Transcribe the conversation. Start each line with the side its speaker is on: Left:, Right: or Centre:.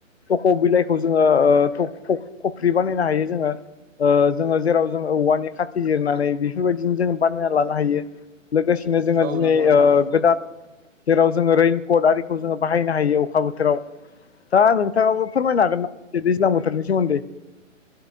Left: थख' बिलाइखौ जोङो ओ थप खफ-खफ्रि बानायनो हायो जोङो। ओ जोङो जेराव जोङो औवानि खाथि जिरनानै बेफोरबायदिनो जों बानायना लानो हायो। लोगोसेनो जोङो
Right: औ
Left: दिनै
Right: नंगौ नोंथां
Left: ओ गोदान जेराव जोङो रेइनकट आरिखौ जोङो बाहायनो हायो अखा बोथोराव। दा नोंथाङाबो फोरमायनो हागोन नामा दैज्लां बोथोरनि सोमोन्दै?